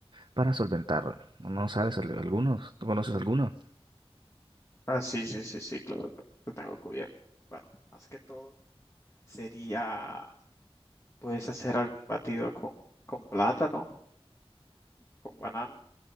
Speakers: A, on the right; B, on the left.
A: para solventarlo. ¿No no sabes al- algunos? ¿Tú conoces algunos?
B: Ah, sí, sí, sí, sí, claro, lo tengo cubierto. Bueno, más que todo sería, puedes hacer algún batido con, con plátano con banano